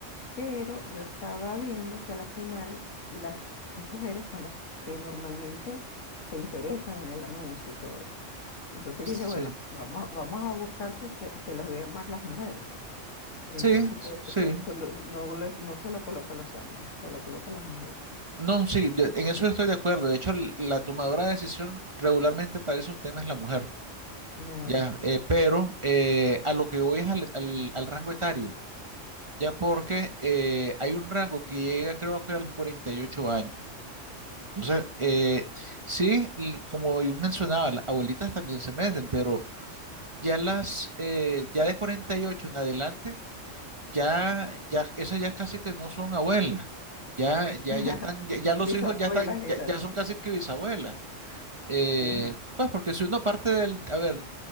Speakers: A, on the left (about 80°); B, on the right (about 25°).
A: pero yo estaba viendo que a la final las mujeres son las que normalmente se interesan en el anuncio y todo eso. Entonces
B: Sí,
A: yo dije, bueno, vamos, a- vamos a buscar que, se, que los vean más las mujeres. Entonces,
B: Sí,
A: por eso
B: sí.
A: es que colo- no, lo- no se lo coloca a los hombres, se lo coloca a las mujeres.
B: No, sí, yo- en eso yo estoy de acuerdo. De hecho, l- la tomadora de decisión regularmente para esos temas es la mujer,
A: Claro.
B: ya, eh, pero eh, a lo que voy es al al- al rango etario. Ya porque eh, hay un rango que llega creo que a los 48 años. Entonces, eh, sí, l- como yo mencionaba, las abuelitas también se meten, pero ya las, eh, ya de 48 en adelante, ya, ya, esas ya casi que no son abuelas. Ya, ya,
A: <laughs>
B: ya están, ya, ya los
A: Bisabuela
B: hijos ya están,
A: gitana.
B: ya, ya son casi que bisabuelas. Eh,
A: Ajá,
B: pues porque si uno parte del, a ver,